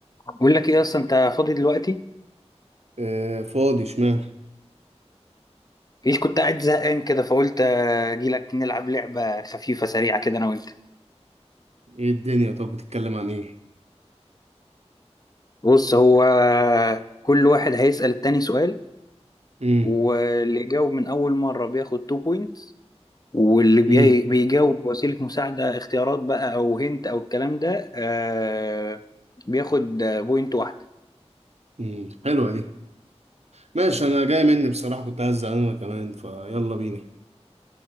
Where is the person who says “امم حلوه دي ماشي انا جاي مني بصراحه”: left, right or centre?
Right